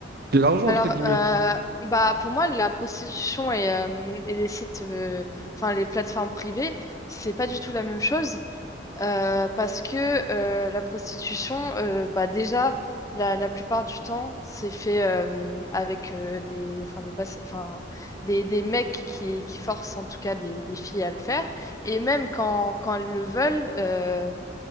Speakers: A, on the right; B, on the left.
A: de l'argent,
B: Alors,
A: entre guillemets.
B: euh, bah pour moi, la prostitution et, euh, et les sites, euh, enfin les plateformes privées, c'est pas du tout la même chose euh, parce que euh, la prostitution, euh, bah déjà la, la plupart du temps, c'est fait euh, avec euh, des, enfin des, passe- enfin des, des mecs qui, qui forcent en tout cas des, des filles à le faire et même quand quand elles le veulent. euh,